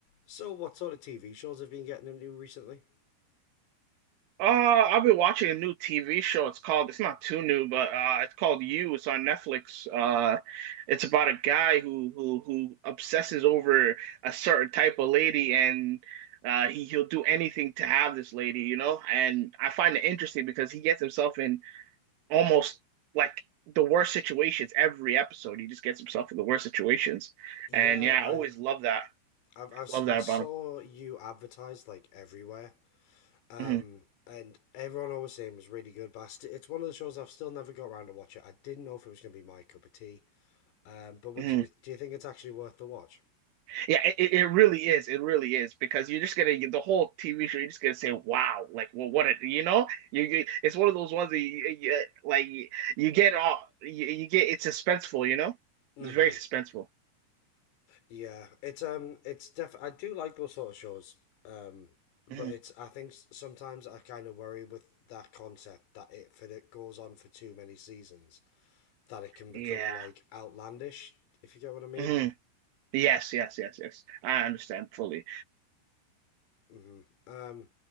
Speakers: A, on the left; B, on the right.
A: So, what sort of TV shows have you been getting into recently?
B: Uh, I've been watching a new TV show. It's called, it's not too new, but uh, it's called You. It's on Netflix. Uh, it's about a guy who who who obsesses over a certain type of lady, and uh, he he'll do anything to have this lady, you know. And I find it interesting because he gets himself in almost like the worst situations every episode. He just gets himself in the worst situations,
A: Yeah,
B: and yeah,
A: I
B: I always love that.
A: I've, I've,
B: Love
A: si
B: that
A: saw
B: about
A: you advertised like everywhere, um,
B: him.
A: and everyone always saying it was really good. But I st- it's one of the shows I've still never got around to watch it. I didn't know if it was going to be my cup of tea. Um, but would
B: hmm
A: you do you think it's actually worth the watch?
B: Yeah, it, it really is. It really is because you're just gonna the whole TV show. You're just gonna say, "Wow!" Like, well, what a you know, you, you it's one of those ones that you, you like you get all you, you get. It's suspenseful, you know.
A: Mm-hmm.
B: It's very suspenseful.
A: Yeah, it's um, it's def. I do like those sort of shows. Um, but
B: hmm
A: it's I think s- sometimes I kind of worry with that concept that it for it goes on for too many seasons, that it can become
B: Yeah.
A: like outlandish, if you get what I mean.
B: hmm Yes, yes, yes, yes. I understand fully.
A: hmm Um,